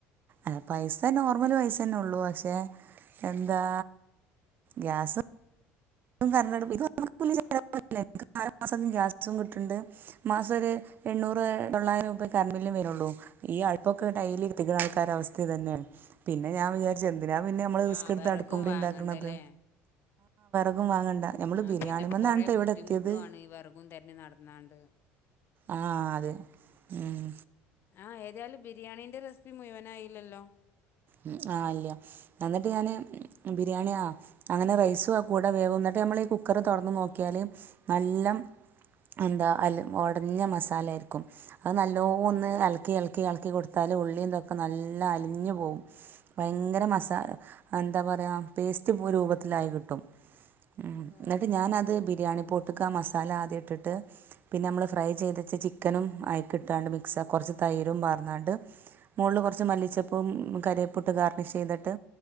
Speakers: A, on the right; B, on the left.
A: അ പൈസ നോർമൽ പൈസന്നെ ഉള്ളു പക്ഷെ എന്താ ഗ്യാസ് കറന്റടുപ്പ് <unintelligible> <unintelligible> ഗ്യാസും കിട്ടുണ്ട് മാസം ഒരു എണ്ണൂറ്
B: ആ
A: തൊള്ളായിരം കറന്റ് വരുള്ളൂ ഈ അടുപ്പൊക്കെ ടൈലി കത്തിക്കണ ആൾക്കാരരു അവസ്ഥ തന്നെയ പിന്നെ ഞാൻ വിചാരിച്ച ന്തിനാ പിന്നെ നമ്മള്
B: ആ
A: റിസ്ക് എടുത്ത്
B: വിറകും
A: അടുപ്പുമ്മേ
B: വാങ്ങണ്ടല്ലേ
A: ഇണ്ടാക്കണത് വാങ്ങണ്ട നമ്മള്
B: ആ
A: ബിരിയാണിമ്മന്നാ
B: പിന്നെ കുറേ
A: ണ്ട്ടോ ഇവിടത്തിയത്
B: ബുദ്ധിമുട്ടുമാണ് ഈ വിറകും തന്നെ നടന്നാണ്ട്
A: ആ അതെ ഉം
B: ആ ഏതായാലും ബിരിയാണീന്റെ റെസിപ്പി മുയുവനായില്ലല്ലോ?
A: ഉ ആഹ് ഇല്ല എന്നിട്ട് ഞാന് ബിരിയാണി ആ അങ്ങനെ റൈസും ആ കൂടെ വേവുന്നിട്ട് നമ്മള് കുക്കറ് തുറന്ന് നോക്കിയാല് നല്ലം എന്താ അ ഉടഞ്ഞ മസാലായിരിക്കും അത് നല്ലോ ഒന്ന് ഇലക്കി ഇലക്കി ഇളക്കി കൊടുത്ത ഉള്ളീന്തൊക്കെ നല്ല അലിഞ് പോവും ഭയങ്കര മസ എന്താ പറയാ പേസ്റ്റ് രൂപത്തിലായി കിട്ടും ഉ
B: ഓ
A: എന്നിട്ട് ഞാനത് ബിരിയാണി പൊട്ടുക്ക് ആ മസാല ആദ്യം ഇട്ടിട്ട് പിന്നെ മ്മള് ഫ്രൈ ചെയ്തി ചിക്കനും ആയിക്കിട്ടാണ്ട് മിക്സ് കുറച്ച് തൈരും പാർന്നാണ്ട് മോള് കുറച്ച് മല്ലിച്ചപ്പും കരപ്പൊട്ട് ഗർണിഷ് ചെയ്തിട്ട്